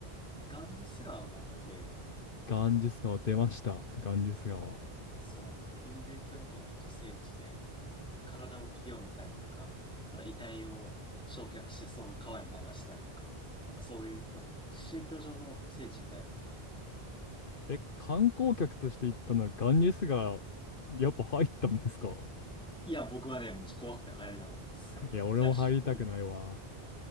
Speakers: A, in the centre; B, on the left.
A: ガンジス川があって、
B: ガンジス川出ました。ガンジス川。
A: そう、ヒンドゥー教徒の一応聖地で、体を清めたりとか、ただ遺体を焼却してその川に流したりとか、そういう宗教上の聖地みたいな。
B: え、観光客として行ったのはガンジス川、やっぱ入ったんですか
A: いや、僕はね、もう怖くて入れないです。
B: いや、俺も入りたくないわ。
A: 最終的に。